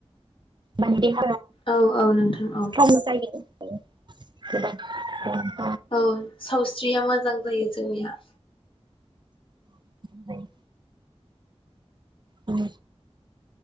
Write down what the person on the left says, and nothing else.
औ औ नोंथां औ
औ सावस्रिया मोजां जायो जोंनिया